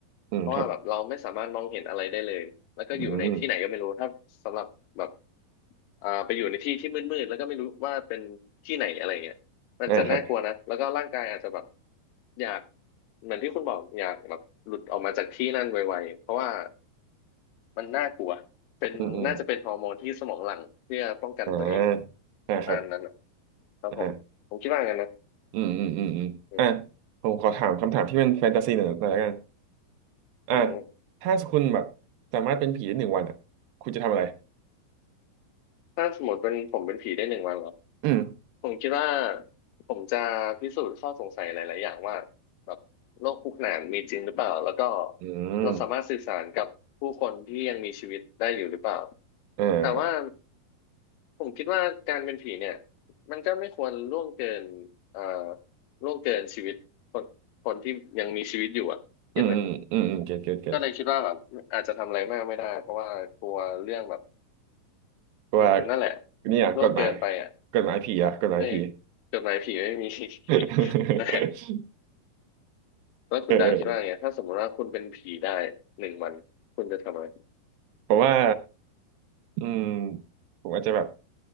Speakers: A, on the right; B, on the left.
A: อืมครับ
B: เพราะว่าแบบเราไม่สามารถมองเห็นอะไรได้เลยแล้วก็อยู่ในที่ไหนก็ไม่รู้ถ้าสำหรับแบบ
A: อืม
B: อ่าไปอยู่ในที่ที่มืดๆแล้วก็ไม่รู้ว่าเป็นที่ไหนอะไรเงี้ยมันจะน่ากลัวนะแล้วก็ร่างกายอาจจะแบบ
A: อ่าครับ
B: อยากเหมือนที่คุณบอกอยากแบบหลุดออกมาจากที่นั่นไวๆเพราะว่า มันน่ากลัวเป็นน่าจะเป็นฮอร์โมนที่สมองหลั่งเพื่อป้องกันตัวเอง
A: อืมอืมอ่าอ่าครับ
B: ประมาณนั้นอะครับผมผมคิดว่างั้นนะ
A: อ่าอืมอืมอืมอืมอ่า
B: อืม
A: ผมขอถามคำถามที่เป็นแฟนตาซีหน่อยหน่อยละกันอ่า
B: อืม
A: ถ้าคุณแบบสามารถเป็นผีได้หนึ่งวันอ่ะคุณจะทำอะไร
B: ถ้าสมมติเป็นผมเป็นผีได้หนึ่งวันเหรอ
A: อืม
B: ผมคิดว่าผมจะพิสูจน์ข้อสงสัยหลายๆอย่างว่าแบบโลกคู่ขนานมีจริงหรือเปล่าแล้วก็
A: อืม
B: เราสามารถสื่อสารกับผู้คนที่ยังมีชีวิตได้อยู่หรือเปล่า
A: เออ
B: แต่ว่า ผมคิดว่าการเป็นผีเนี่ยมันก็ไม่ควรล่วงเกินเอ่อล่วงเกินชีวิตคนคนที่ยังมีชีวิตอยู่อ่ะเก็ตไหม
A: อืมอืมอืมอืมเก็ตเก็ตเก็ต
B: ก็เลยคิดว่าแบบอาจจะทำอะไรมากไม่ได้เพราะว่ากลัวเรื่องแบบอืมนั่นแหละ
A: ว่าเนี่ยกฎหมาย
B: ล่วงเกินไปอ่ะ
A: กฎหมายผีอะกฎหมายผี
B: ในจดหมายผีไม่มี <laughs>
A: <laughs>
B: นะฮะแล้วคุณดาวคิดว่าไงถ้าสมมติว่าคุณเป็นผีได้หนึ่งวันคุณจะทำอะไร
A: เออผมว่าอืมผมอาจจะแบบ